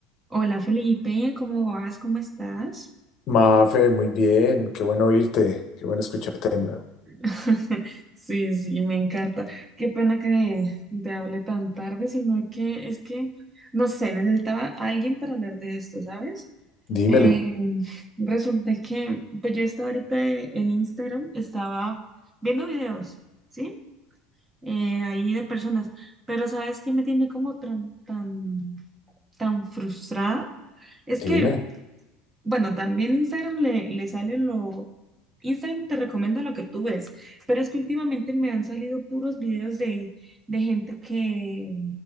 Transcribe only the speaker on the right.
Hola Felipe, ¿cómo vas? ¿Cómo estás?
<laughs> Sí, sí, me encanta. Qué pena que te hable tan tarde, sino que es que, no sé, necesitaba a alguien para hablar de esto, ¿sabes?
Eh, resulta que, pues yo estaba ahorita en Instagram, estaba viendo videos, ¿sí? Eh, ahí de personas, pero ¿sabes qué me tiene como tan, tan, tan frustrada? Es
que Bueno, también Instagram le, le sale lo... Instagram te recomienda lo que tú ves, pero es que últimamente me han salido puros videos de, de gente que,